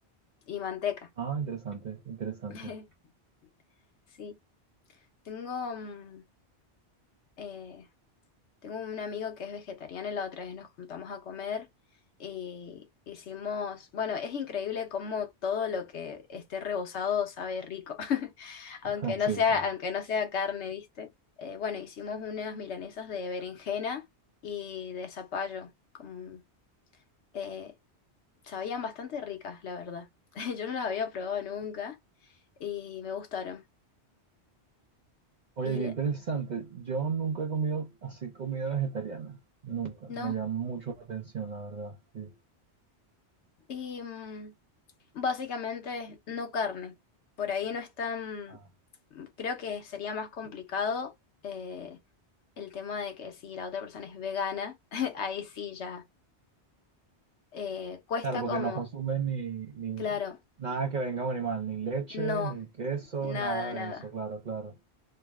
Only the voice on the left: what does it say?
y manteca.
<laughs> Sí, tengo mm, eh, Tengo un amigo que es vegetariano y la otra vez nos juntamos a comer y hicimos, bueno, es increíble cómo todo lo que esté rebozado sabe rico, <laughs> aunque
no
sea,
aunque no sea carne, ¿viste? Eh, bueno, hicimos unas milanesas de berenjena y de zapallo, como, eh, sabían bastante ricas, la verdad. <laughs> Yo no las había probado nunca y me gustaron.
Y
le-
no,
y mm, Básicamente no carne. Por ahí no es tan,
creo que sería más complicado eh, el tema de que si la otra persona es vegana, <laughs> ahí sí ya eh, cuesta
como,
claro,
no,
nada,
nada.